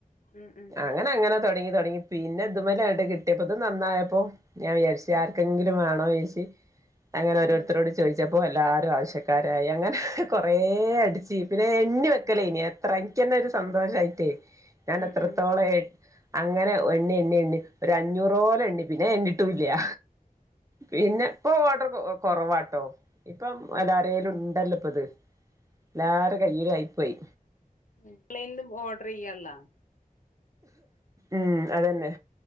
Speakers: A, on the left; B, on the right.
A: ഉം ഉം
B: അങ്ങനെ അങ്ങനെ തൊടങ്ങി തൊടങ്ങി പിന്നെ ഇതുമേലായിട്ട് കിട്ടിയപ്പോ ഇത് നന്നായപ്പോ ഞാൻ വിചാരിച്ച്
A: ഉം
B: ആർക്കെങ്കിലും വേണോ വിചാരിച്ച് അങ്ങനെ
A: ഉം
B: ഓരോരുത്തരോട് ചോദിച്ചപ്പോ എല്ലാവരും ആവശ്യ ക്കാരായി അങ്ങനെ കൊറെ അടിച്ച് പിന്നെ എണ്ണി വെക്കലേ ഇനി എത്ര എനക്കന്നെ ഒരു സന്തോഷായിട്ടേ ഞാൻ
A: ഉം
B: എത്രത്തോള
A: ഉം
B: അങ്ങനെ എണ്ണി എണ്ണി എണ്ണി ഒരു അഞ്ഞൂറോലം എണ്ണി പിന്നെ എണ്ണിട്ടുമില്ല പിന്നെ ഇപ്പോ ഓർഡറ് കൊ കൊറവാട്ടോ ഇപ്പം കടേല് ഉണ്ടല്ലോ ഇപ്പൊ ഇത് എല്ലാരുടയും കയ്യിൽ ആയി പോയി
A: മം ഓൺലൈനിന്നും ഓർഡറ് ചെയ്യാള്ളോ
B: ഉം അതന്നെ